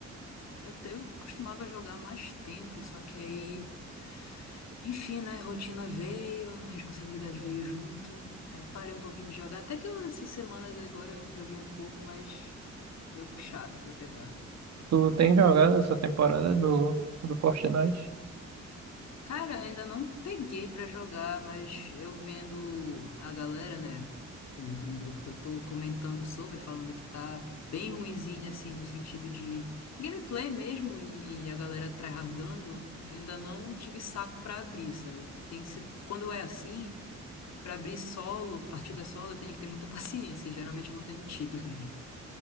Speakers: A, on the left; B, on the right.
A: Eu, te- eu costumava jogar mais tempo, só que aí, enfim, né? Rotina veio, responsabilidade veio junto. Aí eu parei um pouquinho de jogar. Até que eu- essas semanas agora eu joguei um pouco, mas meio puxado pra pegar.
B: Tu tem jogado essa temporada do, do Fortnite?
A: Cara, ainda não peguei pra jogar, mas eu vendo a galera, né, do, de um grupo que eu tô comentando sobre, falando que tá bem ruinzinho, assim, no sentido de gameplay mesmo, e, e a galera tryhardando, eu ainda não tive saco pra abrir, sabe? Que Tem que ser, quando é assim, pra abrir solo, partida solo, eu tenho que ter muita <laughs> paciência, geralmente eu não tenho tido. <laughs>